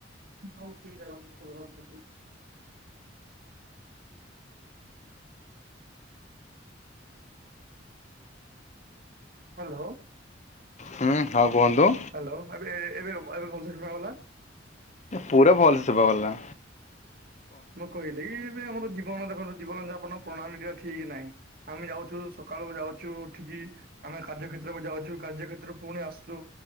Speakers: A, on the right (about 50°); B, on the left (about 40°).
A: ହଉ ସେଇଟା <unintelligible> ହ୍ୟାଲୋ
B: ହୁଁ ଆଉ କୁହନ୍ତୁ।
A: ହ୍ୟାଲୋ ଏବେ ଏବେ ଏବେ ଭଲସେ ଶୁଣାଗଲା।
B: ପୁରା ଭଲସେ ଶୁଭା ଗଲା।
A: ମୁଁ କହିଲି କି ଏବେ ଆମର ଜୀବନ ଦେଖୁ ଜୀବନଯାପନ ପ୍ରଣାଳୀ ଠିକ୍ ନାହିଁ ଆମେ ଯାଉଛୁ ସକାଳୁ ଯାଉଛୁ ଉଠିକି ଆମେ କାର୍ଯ୍ୟ କ୍ଷେତ୍ରକୁ ଯାଉଛୁ କାର୍ଯ୍ୟ କ୍ଷେତ୍ର ପୁଣି ଆସୁଛୁ